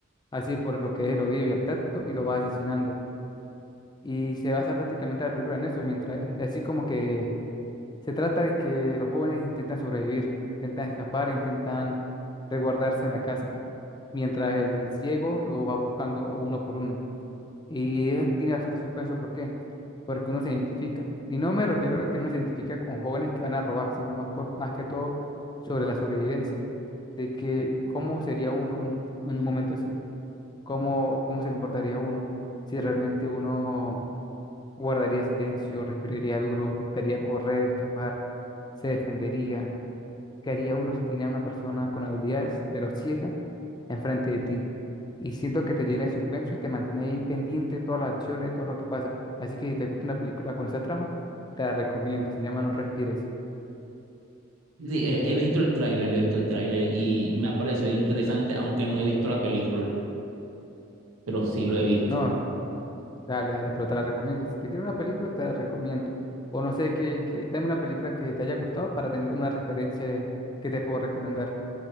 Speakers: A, on the left (about 20°); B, on the right (about 80°).
A: así por lo que es el oído y el tacto, y lo va asesinando. Y se basa prácticamente la película en eso, mientras así como que se trata de que los jóvenes intentan sobrevivir, intentan escapar, intentan resguardarse en la casa mientras el ciego lo va buscando a uno por uno. Y es- tiene bastante suspenso, ¿por qué? Porque uno se identifica. Y no me refiero a que uno se identifica con jóvenes que van a robar, sino más, por- más que todo sobre la sobrevivencia, de que cómo sería uno en un, en un momento así, cómo, cómo se comportaría uno, si realmente uno guardaría silencio, respiraría duro, intentaría correr, escapar, se defendería, qué haría uno si tiene a una persona con habilidades, pero ciega enfrente de ti. Y siento que te llena de suspenso y te mantiene ahí pendiente de todas las acciones, todo lo que pasa. Así que si te gusta una película con esa trama, te la recomiendo. Se llama No Respires.
B: Sí, sí, he, he visto el tráiler, he visto el tráiler y me ha parecido interesante, aunque no he visto la película, pero sí lo he visto.
A: No, dale, dale, pero te la recomiendo. Si te quieres una película, te la recomiendo. O no sé, que, que, dame una película que te haya gustado para tener como una referencia de- que te puedo recomendar.